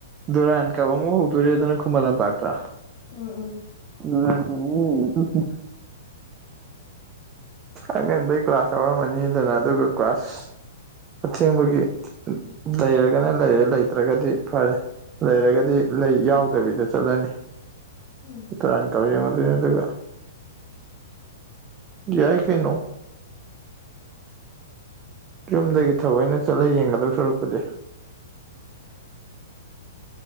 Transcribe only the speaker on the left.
ꯎꯝ ꯎꯝ
ꯎꯝ